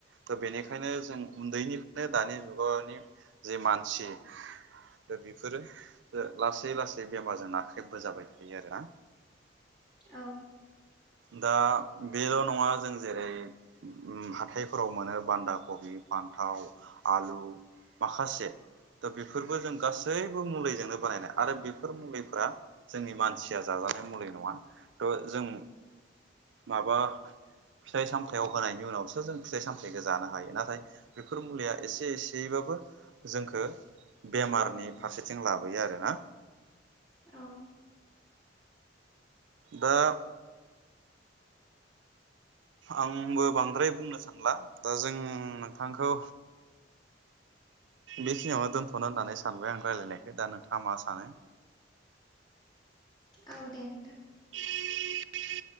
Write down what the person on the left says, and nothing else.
औ
औ
औ दे नोंथां।